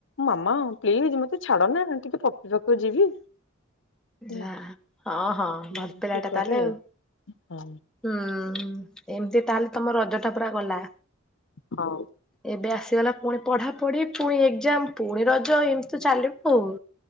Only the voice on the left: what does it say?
ମାମା ପ୍ଲିଜ ମତେ ଛାଡ ନା ଟିକେ ପପି ପାଖକୁ ଯିବି। ହେଲା।
ଏମିତି
କରେ
ଆଉ
ହଁ।